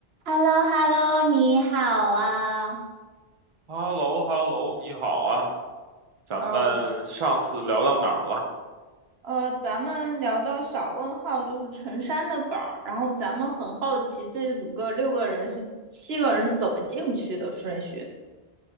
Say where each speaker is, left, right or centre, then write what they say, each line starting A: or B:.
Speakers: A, on the right; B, on the right.
A: h e l l o h e l l o 你好啊。
B: h e l l o h e l l o 你好啊，咱们上次聊到哪儿了？
A: 呃，我呃，咱们聊到小问号就是陈山的宝儿，然后咱们很好奇这五个六个人是七个人是怎么进去的顺序？